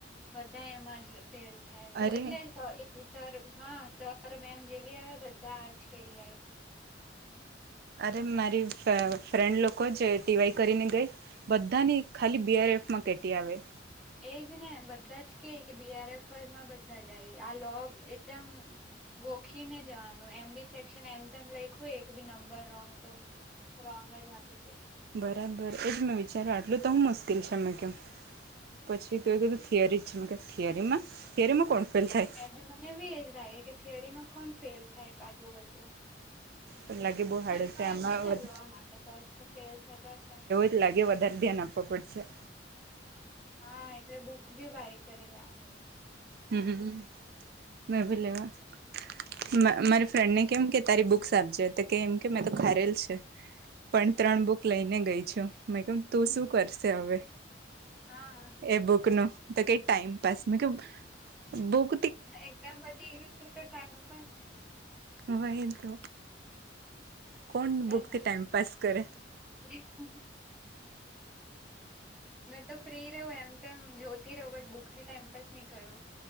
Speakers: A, in the centre; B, on the right.
A: બધા એમાં જ ફેલ થાય
B: અરે
A: એટલે સર હા સર મેમ જેવી આવે બધા આજ કહી જાય
B: અરે મારી ફ્રેન્ડ લોકો જે ટીવાય કરીને ગઈ બધાની ખાલી બી આર એફમાં કેટી આવે
A: એજ ને બધા જ કે કે બીઆરએફમાં બધા જાય આ લોબ એકદમ ગોખીને જવાનું એમ બી સેક્શન એમ લખ્યું હોય એક બી નંબર રોંગ તો રોંગ જ આપી દઈશ.
B: બરાબર એજ મેં વિચાર્યું આટલું તો હું મુશ્કેલ છે મે કેમ પછી તો એ કીધું થિયરી જ છે કે થિયરીમાં થિયરીમાં કોણ ફેલ થાય
A: મે મને એ એજ લાગે કે થિયરીમાં કોણ ફેલ થાય આટલું બધું
B: પણ લાગે બહુ
A: કઈ
B: હાર્ડ
A: તો
B: આમાં
A: હશે ને લોમાડ તો જ તો ફેલ થતા છે ને
B: એટલે લાગે વધારે ધ્યાન આપવા પડશે
A: હા એટલે બુક બી બાય કરેલા
B: હમ મેભી લેવા મારી ફ્રેન્ડને કેમ કે તારી બુક્સ આપજે તો કે એમ કે મેં તો ખારેલ છે. પણ ત્રણ બુક લઈને ગઈ છું મે કેમ તું શું કરશે હવે?
A: હા
B: એ બુક નું તો કઈ ટાઈમપાસ કે બુક
A: એક્ઝામ પછી ગયું છે તો ટાઈઇમપાસ
B: વહી તો કોણ
A: થાય
B: બુકથી
A: ને.
B: ટાઈમ પાસ કરે
A: <inaudible> મેં તો ફ્રી રહું એમ તો એમ જોતી રહુ બટ બુકથી ટાઈમપાસ નહી કરું